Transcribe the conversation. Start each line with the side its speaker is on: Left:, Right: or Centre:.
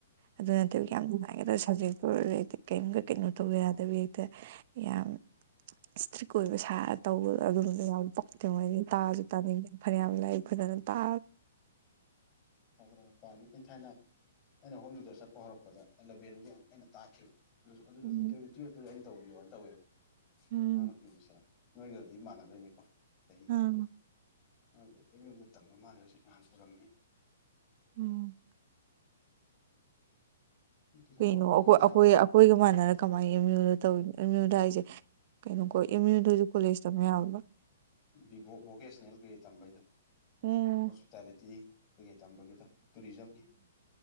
Right: ꯑꯗꯨ ꯅꯠꯇꯕ ꯌꯥꯝ ꯅꯨꯡꯉꯥꯏ ꯍꯥꯏ ꯁꯞꯖꯦꯛꯇꯨ ꯑꯣꯏꯔꯦꯗꯤ ꯀꯔꯤꯝ ꯀꯩꯅꯣ ꯇꯧꯕ ꯌꯥꯗꯕꯤ ꯍꯦꯛꯇ ꯌꯥꯝ ꯏꯁꯇ꯭ꯔꯤꯛ ꯑꯣꯏꯕ ꯁꯥꯔ ꯇꯧꯕꯗꯣ ꯑꯗꯨꯝꯕꯗ ꯌꯥꯝ ꯄ ꯇꯉꯩꯅꯤ ꯇꯥꯁꯨ ꯇꯥꯅꯤꯡꯗꯦꯅ ꯐꯅꯌꯥꯝ ꯂꯩ ꯐꯅꯅ ꯇ
Left: ꯐꯖꯅ ꯄꯥꯝꯃꯤꯠ ꯏꯟ ꯊꯥꯏꯅ <inaudible> ꯑꯩꯅ ꯍꯣꯝ ꯇ꯭ꯌꯨꯇꯔ ꯆꯠꯄ ꯍꯧꯔꯛꯄꯗ ꯑꯦꯂꯕꯦꯟꯒꯤ ꯑꯩꯅ ꯇꯥꯛꯈꯤꯕ ꯑꯗꯨꯁꯨ ꯑꯗꯨꯝ
Right: ꯎꯝ
Left: ꯇꯨꯌꯦꯜꯞꯇꯁꯨ ꯑꯩꯅ ꯇꯧꯕꯤꯌꯣꯅ ꯇꯧꯋꯦꯕ
Right: ꯎꯝ
Left: ꯑꯉꯥꯡ ꯅꯨꯄꯤ ꯃꯆꯥ ꯑꯃ ꯅꯣꯏꯒꯗꯤ ꯃꯥꯟꯅꯗꯣꯏꯅꯤꯀꯣ ꯆꯍꯤꯗꯣ
Right: ꯎꯝ
Left: ꯑꯗꯨ ꯑꯦꯝ ꯌꯨꯗ ꯇꯝꯕ ꯃꯥꯜꯂꯦ ꯍꯧꯖꯤꯛ ꯅꯍꯥꯟ ꯎꯔꯝꯃꯤ
Right: ꯎꯝ
Left: ꯇꯨꯏꯁꯟ
Right: ꯀꯩꯅꯣ
Left: ꯇꯧꯕ ꯍꯥꯏꯁꯦ
Right: ꯑꯩꯈꯣꯏ
Left: ꯄꯩꯁꯥ
Right: ꯑꯩꯈꯣꯏꯒ ꯃꯥꯟꯅꯔꯅ ꯀꯃꯥꯏꯅ ꯑꯦꯝꯌꯨꯗ ꯇꯧꯔꯤꯕ ꯑꯦꯝꯌꯨ ꯍꯥꯏꯁꯦ ꯀꯩꯅꯣ ꯑꯦꯝ ꯌꯨꯗꯁꯨ ꯀꯣꯂꯦꯖ ꯇꯥꯝ ꯌꯥꯕ
Left: ꯚꯤꯚꯣꯛ ꯚꯣꯀꯦꯁꯟꯅꯜ ꯀꯩꯀꯩ ꯇꯝꯕꯩꯗ
Right: ꯑꯣ
Left: ꯍꯣꯢꯄꯤꯇꯥꯂꯤꯇꯤ ꯀꯩꯀꯩ ꯇꯝꯕꯒꯤꯗ ꯇꯨꯔꯤꯖꯝꯒꯤ